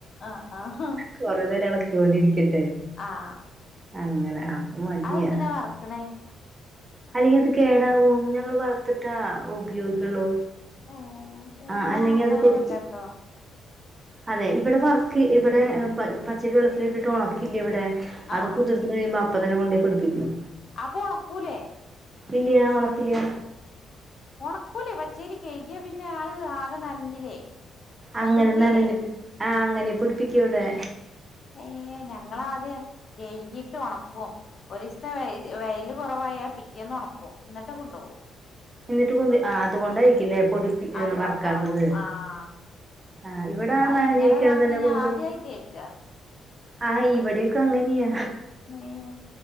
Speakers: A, on the left (about 50°); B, on the right (about 25°).
A: ആഹ് ആഹ്
B: കൊറേ നേരാം എളക്കൊണ്ടിരിക്കണ്ടെ
A: ആഹ്
B: അങ്ങനെ ആ മടിയാ
A: അതെന്തിനാ വറക്കണേ
B: അല്ലെങ്കി അത് കേടാവും ഞങ്ങള് വറുത്തിട്ടാ ഉപയോഗിക്കുള്ളൂ
A: ഏഹ് ഇന്നാ
B: ആഹ് അല്ലെങ്കിൽ
A: അങ്ങനെയൊന്നുംല്ല
B: അത് പൊടിച്ച്
A: ട്ടോ
B: അതെ ഇവ്ടെ വർക്ക് ഇവിടെ പ പച്ചരി വെള്ളത്തിലിട്ടിട്ട് ഒണക്കില്ല ഇവിടെ
A: ആഹ്
B: അത് കുതിർന്ന് വരുമ്പോ അപ്പത്തന്നെ കൊണ്ടോയി പൊടിപ്പിക്കും
A: അപ്പൊ ഒണക്കൂലേ?
B: ഇല്ല്യ ഓണക്കില്ല്യ
A: ഒണക്കൂല്ലേ പച്ചേരി കഴുകിയ പിന്നെ അത് ആകെ നനഞ്ഞില്ലേ? പൊതിർന്നില്ലേ
B: അങ്ങനെ നനഞ്ഞിട്ട് ആ അങ്ങനെ പൊടിപ്പിക്കുവ്ടെ.
A: ഏയ് ഞങ്ങളാദ്യം കൈകീട്ട് ഒണക്കും. ഒരിസ്ത്തെ വെ വെയ്ല് കൊറവായ പിറ്റേന്ന് ഒണക്കും. ഇന്നട്ട് കൊണ്ടോകും.
B: എന്നിട്ട് കൊണ്ട് ആ അതുകൊണ്ടായിരിക്കില്ലേ പൊടിപ്പി
A: അതോണ്ടാകും
B: ആഹ് വർക്കാത്തത്.
A: ആഹ്
B: ആഹ് ഇവിടെ
A: എന്നാ
B: ആ നനഞ്ഞിരിക്ക്ണതന്നെ
A: ഇങ്ങനെ ഇതാക്കണ ഞാൻ
B: കൊണ്ടോയി.
A: ആദ്യായിട്ട് കേക്കാ
B: ആഹ് ഇവിടൊക്കെ അങ്ങന്യ.
A: ഏഹ്